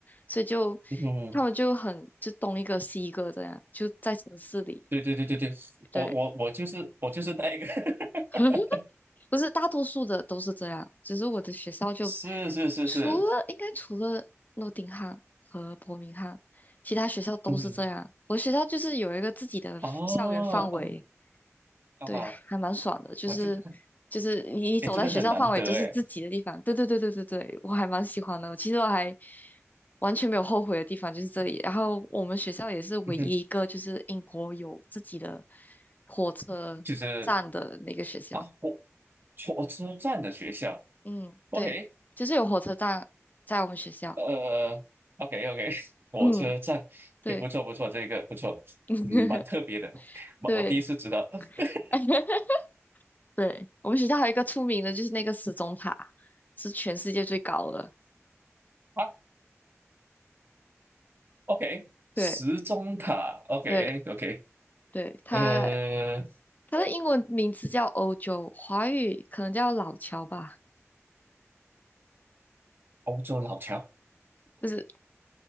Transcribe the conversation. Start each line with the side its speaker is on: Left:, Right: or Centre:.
Left: 所以就
Right: 嗯哼
Left: 他们就很就东一个西一个这样，就在城市里，
Right: 对对对对对，
Left: 对，
Right: 我我我就是我就是那一个，<laughs>
Left: <laughs> 不是大多数的都是这样，只是我的学校就
Right: 是是是是，
Left: 除了应该除了诺丁汉和伯明翰，其他学校都是这样。
Right: 嗯，
Left: 我学校就是有一个自己的校园范围，
Right: 哦嗯啊，
Left: 对，还蛮爽的，就是就是你你走在学校范围就是自己的地方，
Right: 我这个，哎，这个很难得哎，
Left: 对对对对对对，我还蛮喜欢的。其实我还完全没有后悔的地方就是这里。然后我们学校也是唯一一个就是英国有自己的
Right: 嗯哼，
Left: 火车站的那个学校。
Right: 就是啊，火火车站的学校
Left: 嗯，
Right: ，OK，
Left: 对，就是有火车站在我们学校。
Right: 呃，OK OK，<laughs> 火车站也不错不错，
Left: 嗯，对
Right: 这个不错，
Left: <laughs>
Right: 嗯，蛮特别的，我我第一次知道
Left: 对
Right: <laughs>
Left: <laughs> 对，我们学校还有一个出名的，就是那个时钟塔，是全世界最高的。
Right: 啊，OK，时钟塔，OK
Left: 对对
Right: OK，
Left: 对，它
Right: 呃，
Left: 它的英文名字叫欧洲，华语可能叫老桥吧，
Right: 欧洲老桥。
Left: 不是，